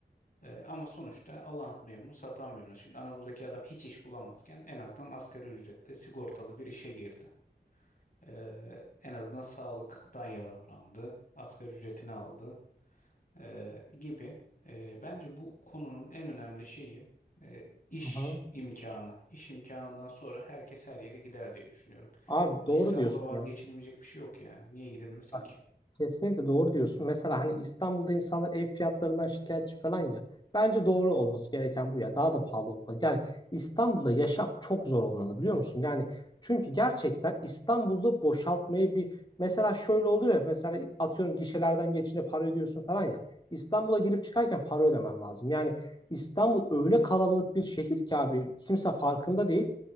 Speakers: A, on the left; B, on the left.
A: Ee, ama sonuçta Allah memnun, satan memnun. Şimdi Anadolu'daki adam hiç iş bulamazken en azından asgari ücretle sigortalı bir işe girdi. Ee, en azından sağlıktan yararlandı, asgari ücretini aldı ee, gibi. Ee, bence bu konunun en önemli şeyi e, iş
B: Hı hı.
A: imkanı. İş imkanından sonra herkes her yere gider diye düşünüyorum.
B: Abi
A: O
B: doğru
A: İstanbul'a
B: diyorsun
A: vazgeçilmeyecek
B: ya.
A: bir şey yok yani. Niye gidilmesin
B: Aynen.
A: ki?
B: Kesinlikle doğru diyorsun. Mesela hani İstanbul'da insanlar ev fiyatlarından şikayetçi falan ya. Bence doğru olması gereken bu ya. Daha da pahalı olmalı. Yani İstanbul'da yaşam çok zor olmalı biliyor musun? Yani çünkü gerçekten İstanbul'da boşaltmayı bir mesela şöyle oluyor ya. Mesela atıyorum gişelerden geçince para ödüyorsun falan ya. İstanbul'a girip çıkarken para ödemen lazım. Yani İstanbul öyle kalabalık bir şehir ki abi kimse farkında değil